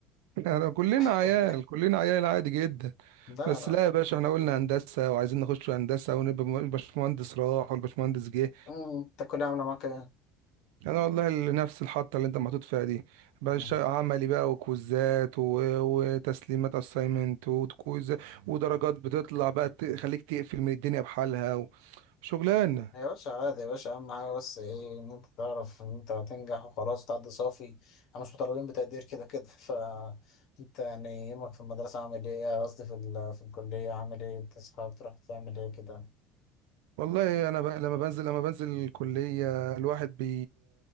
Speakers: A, on the right; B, on the left.
A: <laughs> احنا كلنا
B: <laughs>
A: عيال كلنا عيال عادي جدا
B: لا
A: بس
B: لا
A: لا يا باشا احنا قلنا هندسة وعايزين نخش هندسة ونبقى م- الباشمهندس راح والباشمهندس جه
B: مم، انت الكلية عاملة معاك ايه؟
A: انا والله ال- نفس الحطه اللي انت محطوط فيها دي بقى
B: مم.
A: الش- عملي بقى وكوزات و... وتسليمات اساينمنت وكويز ودرجات بتطلع بقى تخليك تقفل من الدنيا بحالها وشغلانه
B: يا باشا عادي يا باشا أهم حاجة بس ايه إن أنت تعرف إن أنت هتنجح وخلاص تعدي صافي احنا مش مطالبين بتقدير كده كده <laughs> ف أنت يعني يومك في المدرسة عامل ايه قصدي في, ال... في الكلية عامل ايه بتصحى بتروح تعمل ايه كده
A: والله انا بقى لما بنزل لما بنزل الكليه الواحد بي